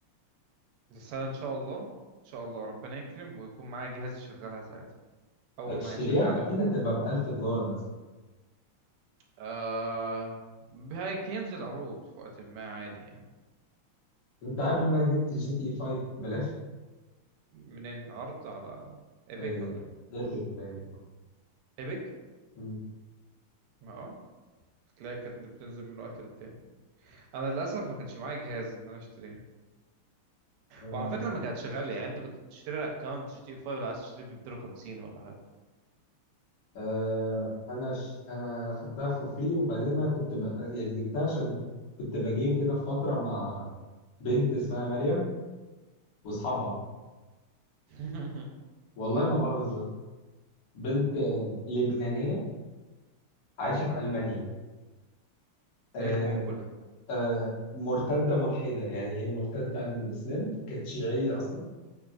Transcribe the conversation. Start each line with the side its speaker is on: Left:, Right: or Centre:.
Right: بس انا ان شاء الله ان شاء الله ربنا يكرم ويكون معايا جهاز يشغلها ساعتها اول
Left: هتشتريها
Right: ما هيشغلها
Left: اكيد هتبقى ب 1000 دولار مثلا
Right: آه هي- هينزل عروض في وقت ما عادي يعني
Left: انت عارف ان انا جبت جي تي اي 5 ببلاش
Right: منين عرض على ايبك
Left: آه، ايه
Right: ولا ايه
Left: باين
Right: ايبك
Left: مم.
Right: ما اه تلاقي كانت بتنزل من وقت للتاني انا للاسف ما كانش معايا جهاز ان انا اشتريها
Left: آه،
Right: وعلى فكره ما كانتش غاليه يعني انت كنت بتشتري اكونت جي تي 5 لو عايز تشتريه ب 250 ولا حاجه
Left: آه، انا ش... انا خدتها فور فري وبعدين انا كنت ب... يعني جبتها عشان كنت بجيم كده في فتره مع بنت اسمها مريم واصحابها
Right: <laughs>
Left: والله ما بهزر بنت آه، لبنانيه عايشه في
Right: مهم.
Left: المانيا آه،
Right: ايه الكومبو ده
Left: آه، مرتدة ملحدة يعني هي مرتدة عن الإسلام كانت شيعية أصلا